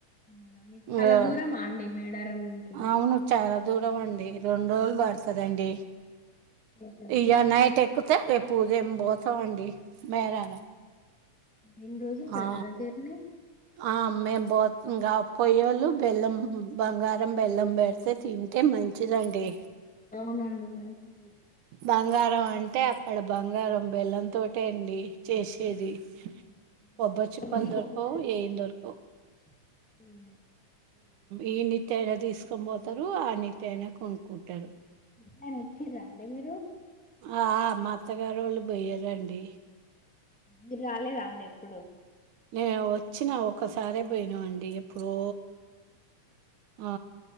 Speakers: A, in the centre; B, on the right (about 80°).
A: అవునా మీ చాలా
B: ఇంగా
A: దూరం ఆడి మీ మేడారంకి
B: అవును చాలా దూరం అండి రెండు రోజులు పడుతుందండి
A: అయ్యో
B: ఇయా నైటక్ ఎక్కితే రేపు ఉదయం పోతామండి మేడారం
A: ఇన్ని రోజులు పడుతద
B: ఆ
A: జర్నీ
B: ఆ మేము బ ఇంకా పొయ్యోలు బెల్లం బంగారం బెల్లం పెడితే తింటే మంచిదండి
A: అవునండి మంచిది
B: బంగారం అంటే అక్కడ బంగారం బెల్లం తోటే అండి చేసి ఏది
A: ఆ
B: కొబ్బరి
A: బిల్లాన్నే
B: చిప్పలు దొరకవు
A: బంగారం అంటారండి
B: ఏమ్ దొరకవు
A: అవును
B: ఈనే ఇస్తే తీసుకొని పోతారు అయినా ఇస్తే ఆయన కొనుక్కుంటారు
A: ఎప్పుడైనా వచ్చిర్ర రండి మీరు
B: ఆ ఆ మా అత్తగారు వాళ్ళు పోయ్యారండి
A: మీరు రాలేద అండి ఎప్పుడు
B: నేను వచ్చినా ఒక్కసారే పోయినామండి ఎప్పుడో ఆ